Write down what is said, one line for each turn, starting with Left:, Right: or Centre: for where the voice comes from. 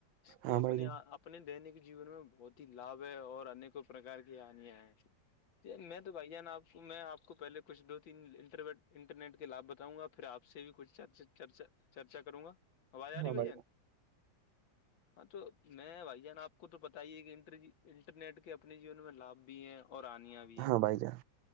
Left: اس کی
Right: ہاں
Left: اپنے
Right: بھائی جان
Left: اپنے دینک جیون میں بہت ہی لابھ ہے اور انیک پرکار کی ہانیاں ہیں میں تو بھائی جان آپ کو میں آپ کو پہلے کچھ دو تین انٹرٹ انٹرنیٹ کے لابھ بتاؤں گا پھر آپ سے بھی کچھا چرچا کروں گا آواز آ
Right: ہاں
Left: رہی ہے بھائی جان
Right: <inaudible>
Left: ہاں تو میں بھائی جان آپ کو تو پتا ہی ہے کہ انٹر انٹرنیٹ کے اپنے جیون میں لابھ بھی ہیں اور آنں بھی ہیں
Right: ہاں بھائی جان